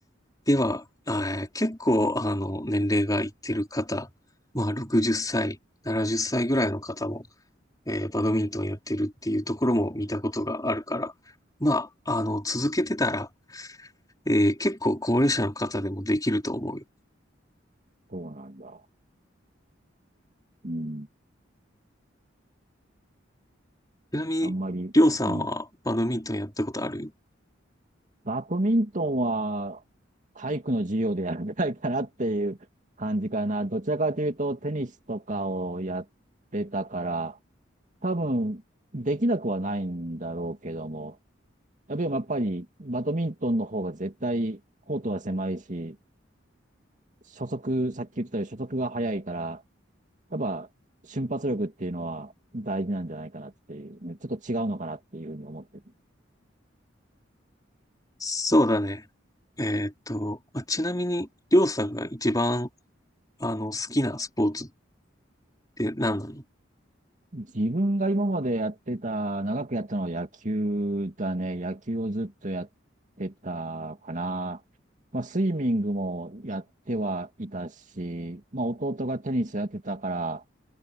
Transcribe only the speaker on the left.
では、えー結構、あの、年齢がいってる方、まあ60歳、70歳ぐらいの方も、えーバドミントンやってるっていうところも見たことがあるから、まあ、あの、続けてたら、えー結構高齢者の方でもできると思うよ。
ちなみに、
りょうさんはバドミントンやったことある
そうだね。えーっと、まあちなみに、りょうさんが一番、あの、好きなスポーツって何なの